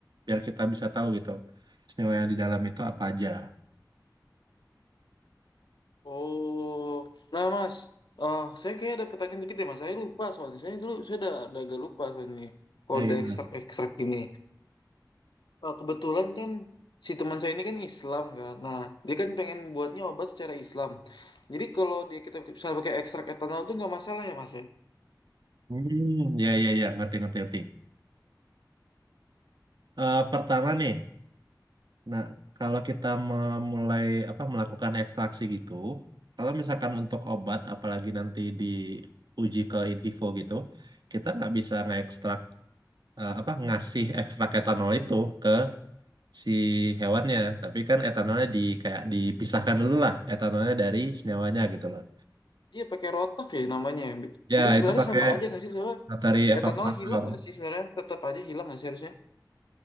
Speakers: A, on the right; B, on the left.
A: biar kita bisa tahu gitu senyawa yang di dalam itu apa aja
B: Oh, nah Mas, eh saya kayaknya ada pertanyaan dikit deh, Mas. Saya lupa soalnya. Saya dulu, saya udah, udah agak lupa soalnya. nih. Kalau
A: ya
B: ada
A: gimana
B: ekstrak-ekstrak gini. Eh, kebetulan kan si teman saya ini kan Islam kan. Nah, dia kan pengen buatnya obat secara Islam. Jadi kalau dia kita bisa pakai ekstrak etanol itu nggak masalah ya, Mas ya?
A: hmm ya ya ya ngerti ngerti ngerti Eh, pertama nih nah kalau kita memulai apa melakukan ekstraksi gitu kalau misalkan untuk obat apalagi nanti diuji ke in vivo gitu kita nggak bisa ngekstrak eh, apa ngasih ekstrak etanol itu ke si hewannya tapi kan etanolnya di kayak dipisahkan dulu lah etanolnya dari senyawanya gitu loh
B: Iya, pakai rotaf ya namanya.
A: Ya,
B: Ini sebenarnya
A: itu pakai
B: sama aja nggak sih? Soalnya
A: matahari evaporator.
B: etanol hilang nggak sih sebenarnya? Tetap aja hilang nggak sih harusnya?